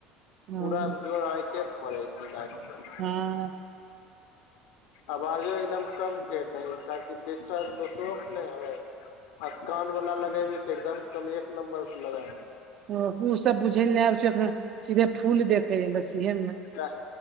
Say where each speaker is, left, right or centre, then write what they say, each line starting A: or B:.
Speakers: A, on the right (about 50°); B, on the left (about 65°).
A: हँ
B: पूरा जोर आँखे पर परै छै रैत के।
A: हँ
B: आवाजो एकदम कम केर दही, ताकि डिस्टरब दोसरोक नै होय। आ कान वला लगेबी तऽ एकदम कम एक नम्बर पर लगा।
A: ओ उ सब बुझै लेए आब छै एखने। सीधे फूल देखे हे बस इहे मे
B: काहे